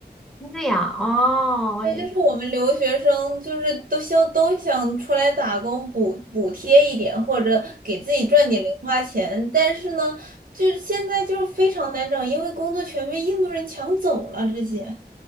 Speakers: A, in the centre; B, on the right.
A: 这样哦，我觉得
B: 对，就是我们留学生，就是都想都想出来打工补补贴一点，或者给自己赚点零花钱。但是呢，就是现在就是非常难找，因为工作全被印度人抢走了这些。